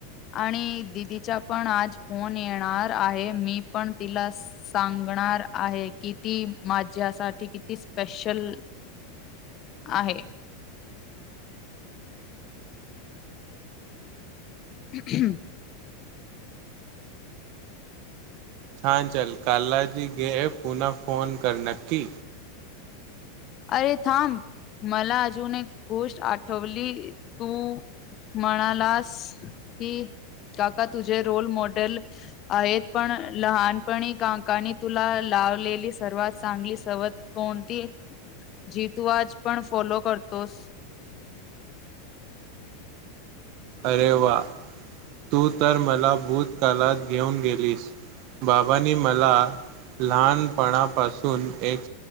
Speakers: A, on the left; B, on the right.
A: आणि दिदीच्या पण आज फोन येणार आहे मी पण तिला सांग आहे कि ती माझ्यासाठी किती स्पेशल आहे. <unintelligible>
B: छान छान कालाजी गे पुन्हा फोन कर नक्की.
A: अरे थांब मला अजून एक गोष्ट आठवली तू म्हणालास कि. काका तुझे रोल मॉडेल आहेत, पण लहानपणी काकांनी तुला लावलेली सर्वात चांगली सवय कोणती? जी तू आज पण फॉलो करतोस. <inaudible>
B: अरे वा तू तर मला भूतकाळात घेऊन गेलीस. बाबाानी मला लहानपणापासून एक